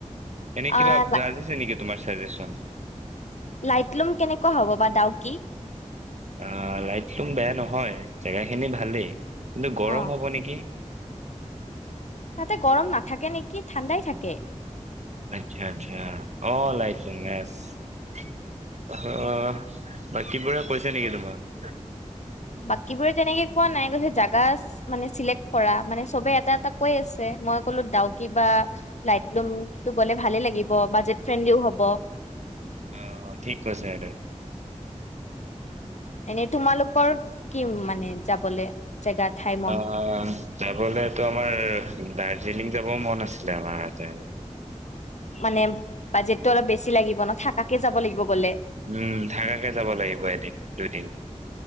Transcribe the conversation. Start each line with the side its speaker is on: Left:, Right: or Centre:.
Right: এনেই
Left: আহ
Right: কিবা বাজিছে নেকি? তোমাৰ ছাজেচন।
Left: লাইটলুম কেনেকুৱা হ'ব বা দাউকি।
Right: আহ লাইটলোম বেয়া নহয় জেগা খিনি ভালেই। কিন্তু গৰম
Left: অ
Right: হ'ব নেকি?
Left: তাতে গৰম নাথাকে নেকি ঠাণ্ডাই থাকে।
Right: আচ্ছা আচ্ছা অ লাইটছ <unintelligible> আহ বাকীবোৰে কৈছে নেকি তোমাক
Left: বাকীবোৰে তেনেকে কোৱা নাই কৈছে জাগা মানে চিলেক্ট কৰা মানে চবে এটা এটা কৈ আছে মই কলো ডাউকি বা লাইটলাম গলে ভালে লাগিব বাজেট ফ্ৰেণ্ডলিও হ'ব
Right: অ ঠিক কছে সটো।
Left: এ তোমালোকৰ কিম মানে যাবলে জেগা থাইমন
Right: আহ যাবলেতো আমাৰ দাৰ্জিলিং যাব মন আছিলে আমাৰ ইয়াতে
Left: মানে বাজেট টো অলপ বেছি লাগিব ন, থাকাকে যাব লাগিব গ'লে
Right: উম থাকাকে যাব লাগিব এদিন দুদিন